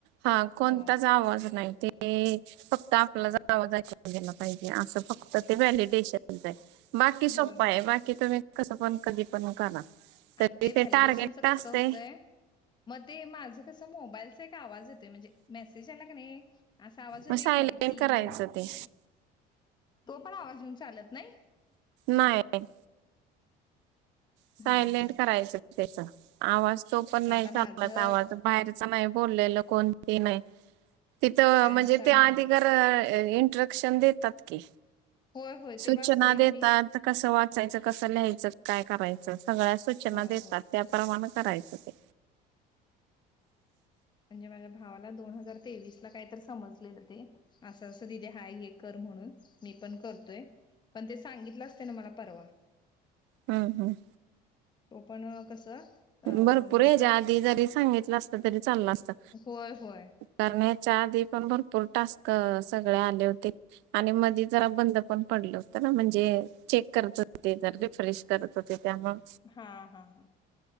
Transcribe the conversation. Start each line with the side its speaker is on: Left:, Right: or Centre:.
Right: हा कोणताच
Left: होय
Right: आवाज नाही ते फक्त आपला जावा ग पाहिजे असं फक्त ते व्हॅलिडेशन बाकी सोपा
Left: होय होय
Right: आहे बाकी तुम्ही कसं पण कधी पण करा तरी
Left: आता ते व्हॅलिडेशनचं
Right: टार्गेट
Left: कसं
Right: असते
Left: होतंय मग ते माझं कसं मोबाईलचा एक आवाज येत म्हणजे मेसेज आला की नाही असा आवाज होतोय
Right: मग सायलेंट
Left: की नाही ती
Right: करायचं ते
Left: तो पण आवाज येेऊन चालत नाही
Right: नाहीय सायलेंट
Left: हा हा
Right: करायचं त्याचा आवाज तो पण
Left: मग
Right: नाही
Left: आता
Right: चालला
Left: माझं
Right: आवाज बाहेरच नाही बोललेलं कोणती नाही तिथं
Left: फॅनचा
Right: म्हणजे ते आधी
Left: नाही
Right: घर इंस्ट्रक्शन देतात की
Left: होय होय
Right: सूचना
Left: ते वाचलेलं
Right: देतत
Left: मी
Right: कसं वाचायचं कसं लिहायचं काय करायचं सगळ्या सूचना
Left: होय
Right: देतात
Left: होय
Right: त्या प्रमाण करायचं ते
Left: म्हणजे माझ्या भावाला दोन हजार तेवीस ला काहीतर समजलेलं ते असं असं दिदी हाय हे कर म्हणून, मी पण करतोय पण ते सांगितलं असतं ना मला परवा.
Right: हम् हम्
Left: तो पण कसं? अ
Right: भरपूर
Left: म्हणजे
Right: ह्याच्या
Left: क
Right: आधी जरी सांगितलं असतं तरी चाललं असतं.
Left: होय होय.
Right: कारण ह्याच्या आधी पण भरपूर टास्क सगळे आले होते. आणि मधी जरा बंद पण पडलं होतं ना, म्हणजे चेक करत होते ते जरा रिफ्रेश करत होते त्यामळं
Left: हा हा हा